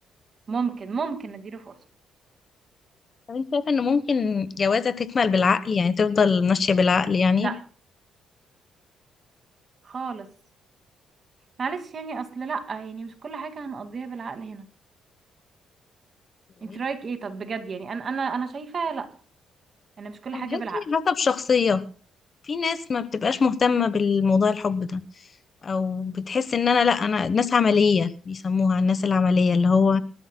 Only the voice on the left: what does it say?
طب انت شايفة ان ممكن جوازة تكمل بالعقل يعني تفضل ماشية بالعقل يعني
إيه؟
انا
بحس ان
حسب شخصية في ناس ما بتبقاش مهتمة بالموضوع الحب ده او بتحس ان انا لا انا ناس عملية بيسموها الناس العملية اللي هو